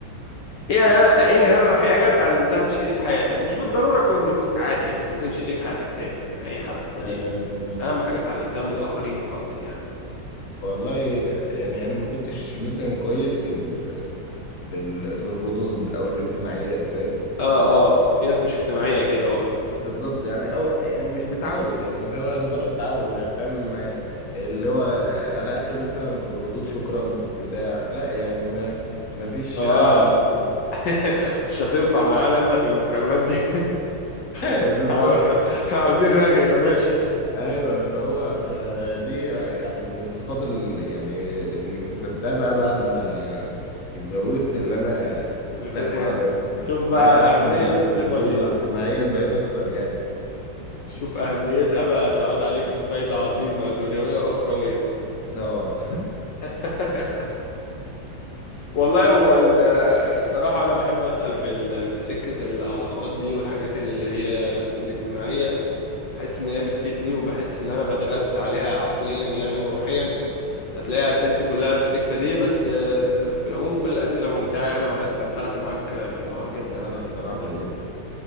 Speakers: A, on the left; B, on the left.
A: ايه ه- ايه اهم حاجة اتعلمتها من شريك حياتك مش بالضرورة تكون زوجتك عادي يعني ممكن شريك حياتك تاني يعني اي حد صديق
B: أم،
A: اهم حاجة اتعلمتها من الاخرين وخلاص يعني
B: والله يعني أنا ما كنتش مثلا كويس في ال... في ال... في الردود أو الاجتماعيات فاهم
A: اه اه في ناس مش اجتماعية كده اه
B: بالظبط يعني او يعني مش متعود يعني ده هو مجرد تعود يعني فاهم آه، اللي هو انا اخري مثلا في الردود شكرا بتاع لا يعني ما ما فيش
A: اه
B: ابعد من كده
A: <laughs> مش هتنفع معانا انت في المكالمات دي
B: <laughs>
A: <laughs>
B: بالظبط
A: احنا إحنا عاوزين رغي يا باشا
B: ايوه فهو فدي آه، يعني من الصفات اللي يعني اللي اكتسبتها بقى بعد ما اتجوزت اللي انا
A: <laughs> دي
B: لا
A: صفة
B: يعني
A: بقى
B: بقيت
A: شوف بقى
B: بقيت احسن
A: أهمية
B: بقى
A: الصفة
B: في الردود
A: دي
B: واجتماعيا
A: بقى
B: بقيت اكتر يعني
A: شوف أهميتها بقى تعود عليك بفايدة عظيمة دنيوية وأخروية
B: اه
A: <laughs> والله هو ال- الصراحة أنا بحب أسأل في ال- في سكة العلاقات دي والحاجات اللي هي الاجتماعية بحس إن هي بتفيدني وبحس إن أنا بتغذى عليها عقليا يعني وروحيا هتلاقي أسئلتي كلها في السكة دي بس آه، في العموم كل الأسئلة ممتعة يعني وأنا استمتعت معاك بالحوار جدا
B: <laughs> وانا الصراحة
A: بس
B: بجد